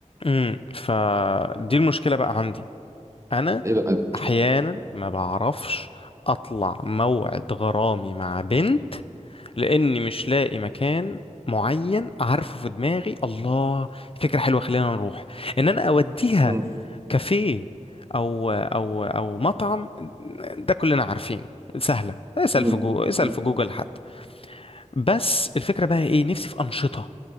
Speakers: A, on the left; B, on the right.
A: امم فدي المشكله بقى عندي انا
B: ايه بقى
A: احيانا ما بعرفش اطلع موعد غرامي مع بنت لاني مش لاقي مكان معين عارفه في دماغي الله فكره حلوه خلينا نروح ان انا اوديها
B: مم.
A: كافيه او او او مطعم ده كلنا عارفينه سهله اسال
B: مم.
A: في جوجل اسال
B: مم.
A: في جوجل حتى بس الفكره بقى ايه نفسي في انشطه